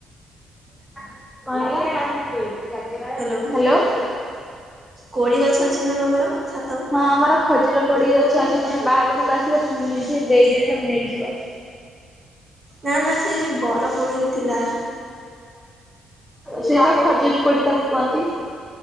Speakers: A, in the centre; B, on the right.
A: Hello.
B: hello କୋଳି ଗଛ ଅଛି ନା ତମର ଛ
A: ହଁ ଆମର ଖଜୁର କୋଳି ଗଛ ଅଛି ତମେ ବାହାଘରକୁ ଆସିବେ ନି ଦେଇଦେବି ତମେ ନେଇକି ଯିବ।
B: ନା ନା ସେଇ ଯୋଉ ବର କୋଳି ଥିଲା।
A: ସେ ପା ଖଜୁରୀ କୋଳି ତାକୁ କୁହନ୍ତି।